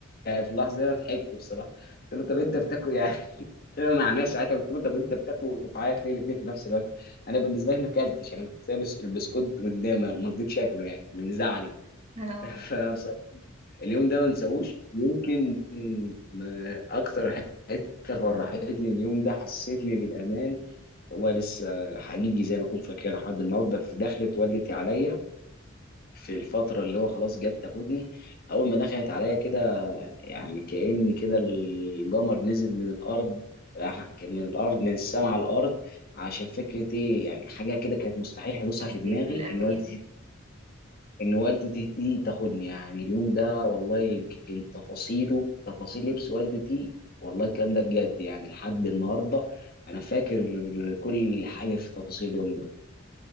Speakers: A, on the left (about 45°); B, on the right (about 30°).
A: يعني في اللحظه دي انا ضحكت بصراحه قلت له طب انت بتاكل إيه؟ يعني <laughs> انا مع الناس ساعتها قلت له طب انت بتاكل وبتعيط ليه الاثنين في نفس الوقت انا بالنسبه لي ما اكلتش انا كنت سايب البسكوت قدامي ما رضيتش اكله يعني من زعلي
B: <laughs> اه
A: <laughs> فبصراحه اليوم ده ما انساهوش يمكن م- اكتر حته فرحتني اليوم ده حسيتني بالامان والله لسه حقيقي زي ما كنت فاكر لحد النهارده في دخلت ولت عليا في الفتره اللي هو خلاص جت تاخدني اول ما دخلت عليا كده يعني كأن كده القمر نزل من الارض آه، كان من الارض من السماء على الارض عشان فكره ايه يعني حاجه كده كانت مستحيل حدوثها
B: حسيت
A: في دماغي
B: بالامان
A: ان والدتي ان والدتي دي تاخدني يعني اليوم ده والله يمكن تفاصيله تفاصيل لبس والدتي والله الكلام ده بجد يعني لحد النهارده انا فاكر كل حاجه في تفاصيل اليوم ده